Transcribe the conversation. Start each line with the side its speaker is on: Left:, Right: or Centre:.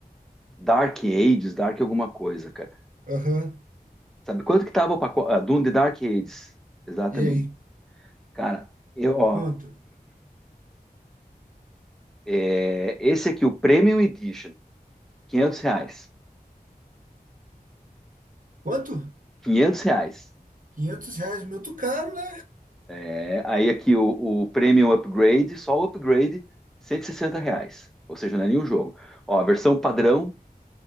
Centre: Dark Ages, Dark alguma coisa, cara.
Right: aham,
Centre: Sabe quanto que tava o pacote? Ah, Doom de Dark Ages, exatamente.
Right: e aí,
Centre: Cara, eu, ó,
Right: quanto?
Centre: é, esse aqui, o Premium Edition, 500 reais.
Right: Quanto?
Centre: 500 reais.
Right: 500 reais, muito caro, né?
Centre: É, aí aqui o, o Premium Upgrade, só o upgrade, 160 reais. Ou seja, não é nenhum jogo. Ó, a versão padrão